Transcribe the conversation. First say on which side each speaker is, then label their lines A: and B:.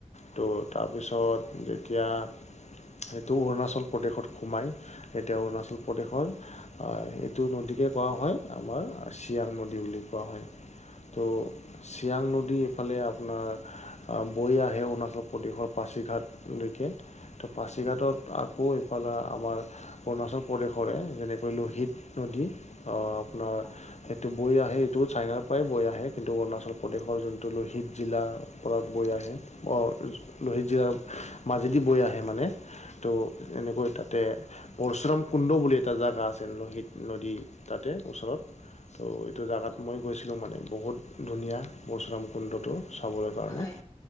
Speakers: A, on the left; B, on the left.
A: ত' তাৰপিছত যেতিয়া সেইটো অৰুণাচল প্ৰদেশত সোমায়, এতিয়া অৰুণাচল প্ৰদেশৰ হয় এইটো নদীকে কোৱা হয়, আমাৰ চিয়াং নদী বুলি কোৱা হয়। ত' চিয়াং নদী এইফালে আপোনাৰ বৈ আহে অৰুণাচল প্ৰদেশৰ পাছিঘাট লৈকে। ত' পাছিঘাটত আকৌ এইফালে আমাৰ অৰুণাচল প্ৰদেশৰে যেনে কয় লোহিত নদী, অ', আপোনাৰ
B: হয়, হয়।
A: সেইটো বৈ আহে এইটো চাইনাৰ পৰাই বৈ আহে, কিন্তু অৰুণাচল প্ৰদেশৰ জোনটো লোহিত জিলা পৰা বৈ আহে, অ', লোহিত জিলাৰ মাজেদি বৈ আহে মানে, ত', এনেকৈ তাতে পৰশুৰাম কুণ্ড বুলি এটা জাগা আছে। লোহিত নদী তাতে ওচৰত, ত' এইটো জাগাত মই গৈছিলোঁ মানে, বহুত ধুনীয়া পৰশুৰাম কুণ্ডটো, চাবলৈ
B: হয়।
A: কাৰণে।